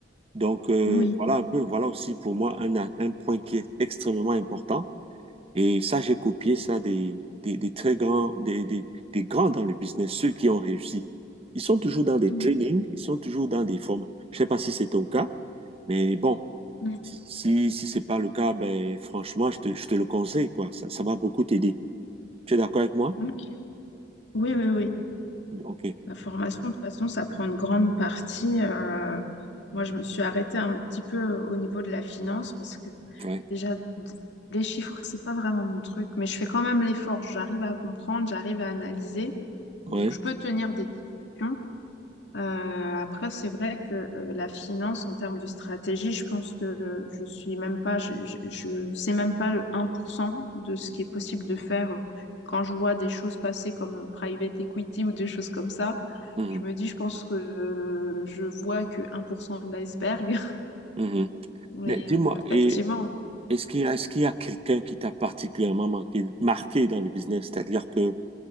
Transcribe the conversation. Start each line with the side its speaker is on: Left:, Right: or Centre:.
Right: Donc euh,
Left: oui.
Right: voilà un peu, voilà aussi pour moi un, a- un point qui est extrêmement important. Et ça, j'ai copié ça des, des, des très grands, des, des, des grands dans le business, ceux qui ont réussi. Ils sont toujours dans des
Left: Mm,
Right: trainings, ils sont toujours dans des formes. Je sais pas si c'est ton cas, mais bon.
Left: mm.
Right: Si, si c'est pas le cas, ben, franchement, je te, je te le conseille, quoi. Ça, ça va beaucoup t'aider. Tu es d'accord avec moi?
Left: Ok. Oui, oui, oui.
Right: Ok.
Left: La formation, de toute façon, ça prend une grande partie. euh, moi, je me suis arrêtée un petit peu au niveau de la finance parce que
Right: Ouais.
Left: déjà, d- les chiffres, c'est pas vraiment mon truc, mais je fais quand même l'effort. J'arrive à comprendre, j'arrive à analyser.
Right: Ouais.
Left: Donc, je peux tenir des discussions. Euh, après, c'est vrai que euh, la finance, en termes de stratégie, je pense que euh, je suis même pas, je, je, je sais même pas le un pour cent de ce qui est possible de faire euh, quand je vois des choses passer comme euh, private equity ou des choses comme ça.
Right: Mhm.
Left: Je me dis, je pense que euh, je vois que un pour cent de l'iceberg. <laughs>
Right: Mhm.
Left: Mais
Right: Mais dis-moi,
Left: euh, effectivement.
Right: et est-ce qu'il y a, est-ce qu'il y a quelqu'un qui t'a particulièrement marqué, marqué dans le business? C'est-à-dire que